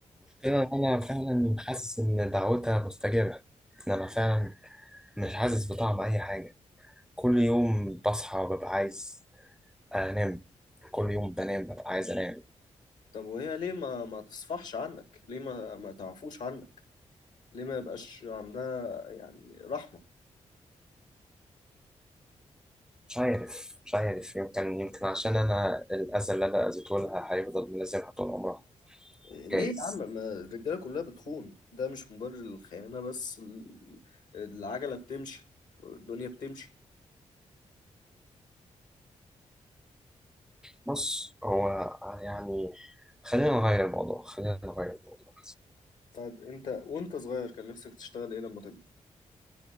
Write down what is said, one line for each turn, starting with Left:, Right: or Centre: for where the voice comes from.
Centre: كده أنا فعلا حاسس إن دعوتها مستجابة إن أنا فعلا مش حاسس بطعم أي حاجة كل يوم بصحى ببقى عايز أنام كل يوم بنام ببقى عايز أنام
Left: طب وهي ليه ما ما تصفحش عنك ليه ما ما تعفوش عنك ليه ما يبقاش عندها يعني رحمة
Centre: مش عارف مش عارف يمكن يمكن عشان أنا الأذى اللي أنا أذيته لها هيفضل ملازمها طول عمرها
Left: ليه
Centre: جايز
Left: يا عم ما الرجاله كلها بتخون ده مش مبرر للخيانه بس ال- العجله بتمشي الدنيا بتمشي
Centre: بص هو يعني خلينا نغير الموضوع خلينا نغير الموضوع
Left: طيب انت وانت صغير كان نفسك تشتغل ايه لما تكبر